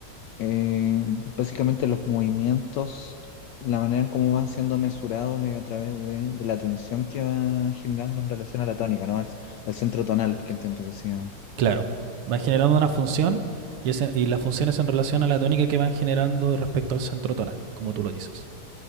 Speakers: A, on the left (about 75°); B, on the right (about 85°).
A: eh, básicamente los movimientos, la manera en cómo van siendo mesurados es a través de, de la tensión que va generando en relación a la tónica, ¿no? Al, al centro tonal, que entiendo que se llama.
B: claro, vas generando una función y, ese- y las funciones en relación a la tónica que van generando respecto al centro tonal, como tú lo dices.